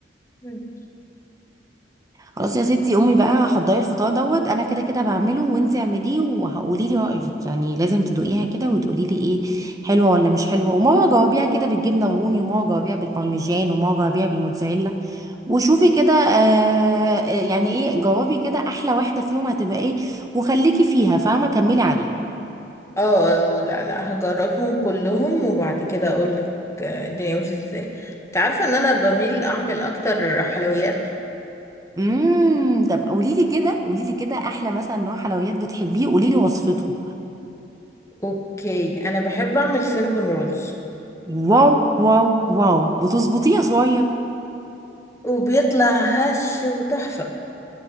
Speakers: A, on the left (about 15°); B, on the right (about 20°).
A: مم.
B: خلاص يا ستي قومي بقى حضري الفطار دوت أنا كده كده بعمله وانتي اعمليه وهقولي لي رأيك يعني لازم تدوقيها كده وتقولي لي ايه حلوة ولا مش حلوة وماما جاوبيها كده بالجبنة الرومي وماما جاوبيها بالبارميجان وماما جاوبيها بالموتزاريلا وشوفي كده آه آه، يعني ايه جاوبي كده أحلى واحدة فيهم هتبقى ايه وخليكي فيها فاهمة كملي عليها
A: اه لا لا هجربهم كلهم وبعد كده اقول لك الدنيا مش ازاي انت عارفة ان انا بميل اعمل اكتر حلويات
B: امم طب قولي لي كده قولي لي كده احلى مثلا نوع حلويات بتحبيه قولي لي وصفته
A: اوكي انا بحب اعمل سينابون رولز
B: واو واو واو بتظبطيه يا صويا
A: وبيطلع هش وتحفة